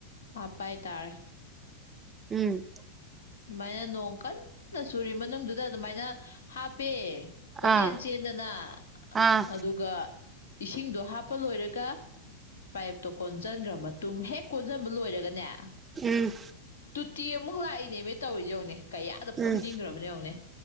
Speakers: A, on the left; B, on the right.
A: ꯍꯥꯞꯄ ꯍꯥꯏꯇꯥꯔꯦ
B: ꯎꯝ
A: ꯑꯗꯨꯃꯥꯏꯅ ꯅꯣꯡ ꯀꯟꯅ ꯆꯨꯔꯤ ꯃꯅꯨꯡꯗꯨꯗ ꯑꯗꯨꯃꯥꯏꯅ ꯍꯥꯞꯄꯦ ꯀꯣꯏꯆꯦꯟ
B: ꯑꯥ
A: ꯆꯦꯟꯗꯅ
B: ꯑꯥ
A: ꯑꯗꯨꯒ ꯏꯁꯤꯡꯗꯣ ꯍꯥꯞꯄ ꯂꯣꯏꯔꯒ ꯄꯥꯏꯞꯇꯣ ꯀꯣꯟꯁꯤꯟꯈ꯭ꯔ ꯃꯇꯨꯡ ꯍꯦꯛ ꯀꯣꯟꯁꯤꯟꯕ ꯂꯣꯏꯔꯒꯅꯦ
B: ꯎꯝ
A: ꯇꯨꯇꯤ ꯑꯃꯨꯛ ꯂꯥꯛꯏꯅꯦꯕ ꯇꯧꯔꯤꯖꯦ ꯌꯦꯡꯉꯨꯅꯦ ꯀꯌꯥꯗ ꯐꯨꯅꯤꯡꯈ꯭ꯔꯕꯅꯣ
B: ꯎꯝ
A: ꯌꯦꯡꯉꯣꯅꯦ